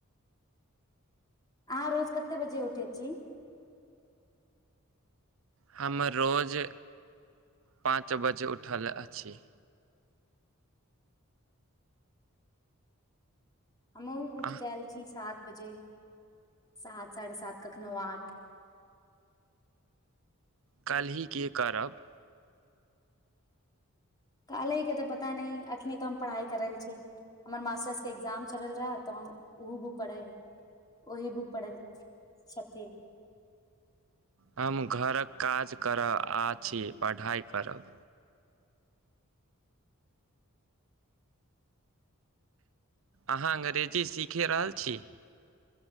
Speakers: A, on the left; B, on the right.
A: अहाँ रोज कते बजे उठै छी
B: हम रोज पाँच बजे उठल अछि
A: हमहु उठ
B: आ
A: जाल छी सात बजे सात साढ़े सात कखनो आठ
B: कल्हि के करब
A: काल्हि के तऽ पता नहि अखिने त हम पढ़ाइ करल छी हमर मास्टर्स के एग्जाम चलल रहे तऽ हम ओहो बुक पढ़े ओही बुक पढ़ल छथि
B: हम घरक काज करय आछि पढ़ाइ करब अहाँ अंग्रेजी सीखे रहल छी